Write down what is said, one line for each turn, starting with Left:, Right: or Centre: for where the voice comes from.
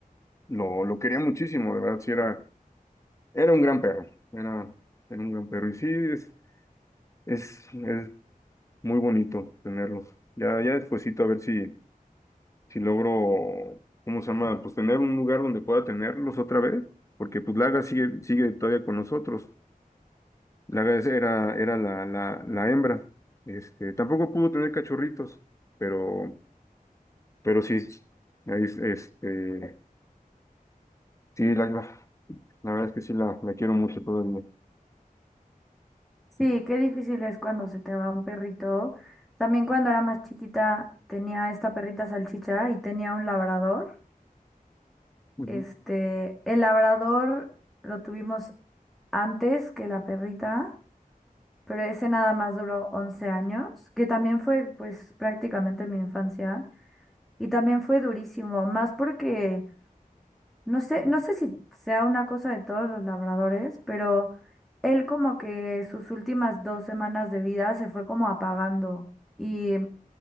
Left: lo, lo quería muchísimo, de verdad, sí era, era un gran perro, era, era un gran perro, y sí, es, es, es muy bonito tenerlos. Ya, ya despuesito a ver si, si logro, ¿cómo se llama? Pues tener un lugar donde pueda tenerlos otra vez, porque pues Laga sigue, sigue todavía con nosotros, La res era, era la, la, la hembra. Este, tampoco pudo tener cachorritos, pero, pero sí. ahí es- Este, sí, la, la, la verdad es que sí la, la quiero mucho todavía.
Centre: Sí, qué difícil es cuando se te va un perrito. También cuando era más chiquita tenía esta perrita salchicha y tenía un labrador.
Left: Ujú.
Centre: Este, el labrador lo tuvimos antes que la perrita, pero ese nada más duró 11 años, que también fue pues prácticamente mi infancia y también fue durísimo, más porque No sé, no sé si sea una cosa de todos los labradores, pero él como que sus últimas dos semanas de vida se fue como apagando y